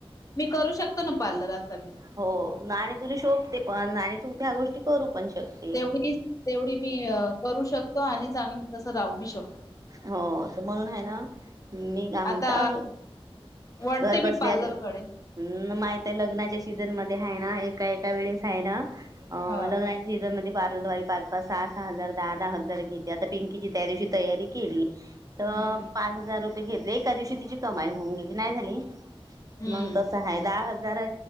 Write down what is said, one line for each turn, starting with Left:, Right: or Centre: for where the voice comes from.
Left: मी करू शकतो ना पार्लर आता बी
Right: हो, आणि तुला शोभते पण, आणि तू ह्या गोष्टी करू पण शकते
Left: तेवढीच तेवढी मी करू शकतो आणि चांगली तसं राहूी शक
Right: हो तर, म्हणून आहे ना मी का म्हणतो?
Left: आता वळते
Right: घर
Left: मी
Right: बसल्या
Left: पार्लरकडे
Right: गे हं, माहितीय, लग्नाच्या सीझनमध्ये आहे ना, एका एका वेळेस आहे ना अ
Left: ह
Right: लग्ना सीझनमध्ये पार्लर वाली पाच-पाच, सहा-सहा हजार, दहा-दहा हजार घेते, आता पिंकीची त्या दिवशी तयारी केली तर
Left: हम्म
Right: पाच हजार रुपये घेतले, एका दिवसात तिची कमाई होऊन गेली, नाही झाली?
Left: हम्म
Right: मग तसं आहे, दहा हजार